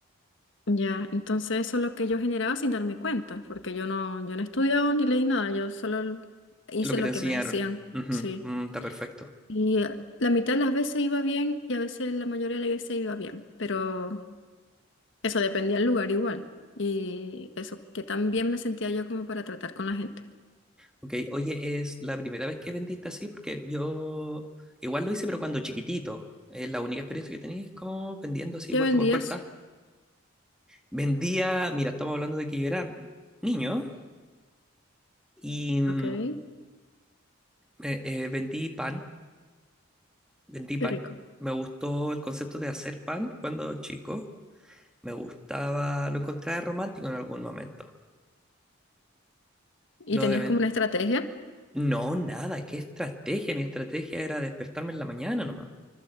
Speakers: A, on the left; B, in the centre.
A: Ya, entonces eso es lo que yo generaba sin darme cuenta, porque yo no, yo no estudiaba ni leí nada, yo solo hice
B: Es lo que
A: lo
B: te enseñaron.
A: que me decían.
B: Ujú,
A: Sí.
B: mm, está perfecto.
A: Y eh, la mitad de las veces iba bien y a veces la mayoría de las veces iba bien, pero eso dependía del lugar igual. Y eso, que tan bien me sentía yo como para tratar con la gente.
B: Ok, oye, ¿es la primera vez que vendiste así? Porque yo igual lo hice, pero cuando chiquitito. Es la única experiencia que tenéis como vendiendo así
A: ¿Qué
B: puerta
A: vendías?
B: por puerta. Vendía, mira, estamos hablando de que yo era niño y mm,
A: Ok, qué
B: eh, eh, vendí pan Vendí pan.
A: rico.
B: Me gustó el concepto de hacer pan cuando chico. Me gustaba, lo encontraba romántico en algún momento.
A: ¿Y
B: Lo
A: tenías
B: de... ven-
A: como una estrategia?
B: No, nada, qué estrategia. Mi estrategia era despertarme en la mañana nomás.